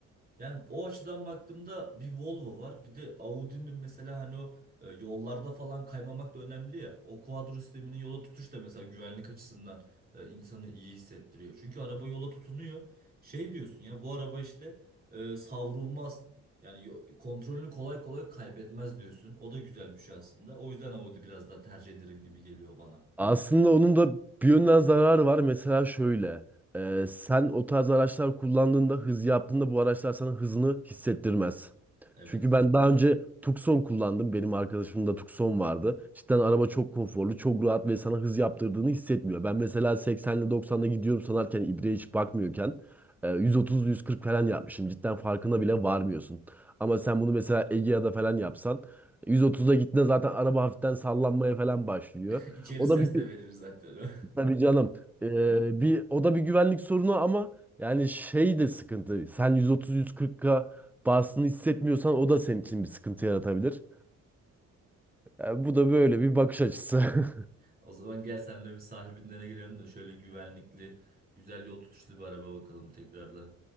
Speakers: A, on the right (about 30°); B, in the centre.
A: Yani o açıdan baktığımda bir Volvo var. Bir de Audi'nin mesela hani o e, yollarda falan kaymamak da önemli ya. O kuadro sisteminin yola tutuş da mesela güvenlik açısından e, insanı iyi hissettiriyor. Çünkü araba yola tutunuyor. Şey diyorsun ya bu araba işte e, savrulmaz. Yani yo- kontrolünü kolay kolay kaybetmez diyorsun. O da güzel bir şey aslında. O yüzden Audi biraz daha tercih ederim gibi geliyor bana.
B: Aslında onun da bir yönden zararı var. Mesela şöyle. e, sen o tarz araçlar kullandığında, hız yaptığında bu araçlar sana hızını hissettirmez.
A: Evet.
B: Çünkü ben daha önce Tucson kullandım. Benim arkadaşımda Tucson vardı. Cidden araba çok konforlu, çok rahat ve sana hız yaptırdığını hissetmiyor. Ben mesela 80'le 90'da gidiyorum sanarken, ibreye hiç bakmıyorken e, 130-140 falan yapmışım. Cidden farkına bile varmıyorsun. Ama sen bunu mesela Egea'da falan yapsan 130'a gittiğinde zaten araba hafiften sallanmaya falan başlıyor.
A: <laughs> İçeri
B: O
A: ses
B: da bir gü-
A: de verir zaten. <laughs>
B: tabii canım. Ee, bir o da bir güvenlik sorunu ama yani şey de sıkıntı. Sen 130-140K bastığını hissetmiyorsan o da senin için bir sıkıntı yaratabilir. Ee, bu da böyle bir bakış açısı.
A: O zaman gel senle bir sahibinden girelim de şöyle güvenlikli, güzel yol tutuşlu bir araba bakalım tekrardan.